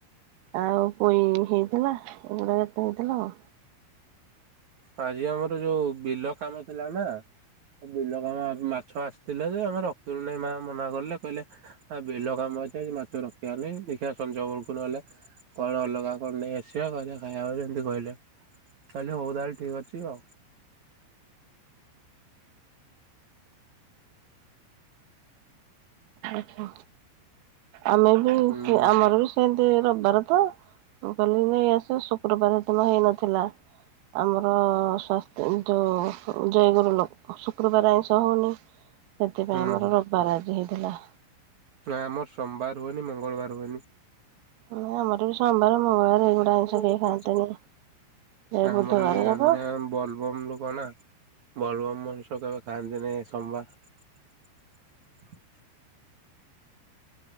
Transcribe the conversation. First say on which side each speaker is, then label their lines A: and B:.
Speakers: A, on the right (about 85°); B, on the right (about 50°).
A: ଆଉ ପୋଇ ହେଇଥିଲା ଏଗୁଡା କେତେ ହେଇଥିଲା ଆଉ।
B: ଆଜି ଆମର ଯୋଉ ବିଲ କାମ ଥିଲା ନା ବିଲ କାମ ମାଛ ଆସିଥିଲା ଯେ ଆମେ ରଖିଲୁ ନାହିଁ। ମା ମନା କଲେ କହିଲେ ଆ ବିଲ କାମ ଅଛି ଆଜି ମାଛ ରଖିବା ନାଇଁ ଦେଖିବା ସଞ୍ଜ ବେଳକୁ। ନହେଲେ କଣ ଅଲଗା କଣ ନେଇ ଆସିବା କରିବା ଖାଇବା ଯେମିତି କହିଲେ କହିଲେ ହଉ ତାହଲେ। ଠିକ୍ ଅଛି ଆଉ।
A: ଆଚ୍ଛା ଆମେ ବି
B: ହୁଁ।
A: ସେ ଆମର ବି ସେମ୍ ରବିବାର ତ ମୁଁ କହିଲି ନେଇ ଆସ ଶୁକ୍ରବାର ଦିନ ହେଇନଥିଲା ଆମର। ସାସ୍ଥ୍ୟ ଯ ଜୟଗୁରୁ ଲୋକ ଶୁକ୍ରବାର ଆଇଁଶ ତହୁନି। ସେଥିପାଇଁ
B: ହୁଁ
A: ଆମର
B: ହୁଁ।
A: ରବିବାର ଆଜି ହେଇଥିଲା।
B: ନା ଆମର ସୋମବାର ହୁଏନି ମଙ୍ଗଳବାର ହୁଏ ନି।
A: ନା ଆମର ବି ସୋମବାର ମଙ୍ଗଳବାର ଏଇଗୁଡ଼ା ଆଇଁଷ
B: <unintelligible>
A: କେହି ଖାଆନ୍ତିନି। ଏଇ
B: ଆମର
A: ବୁଧବାର
B: ବି କିଏ ଖାଆନ୍ତିନି
A: ଯାକ
B: ବଲଭମ୍ ଲୋକ ନା ବଲଭମ୍। <unintelligible> ଖାଆନ୍ତିନି ସୋମବାର।